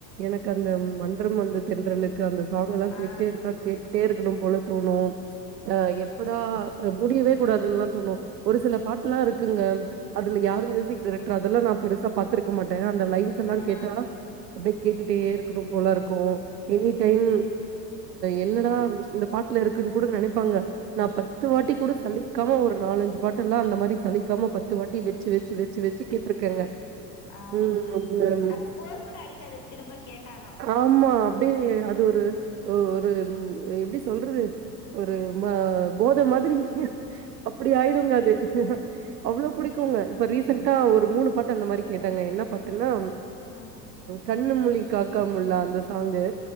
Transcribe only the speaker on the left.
ஆ
ஆ
ஆமா
அது
போர் கூட அடிக்காது திரும்ப கேட்டாலு
ம்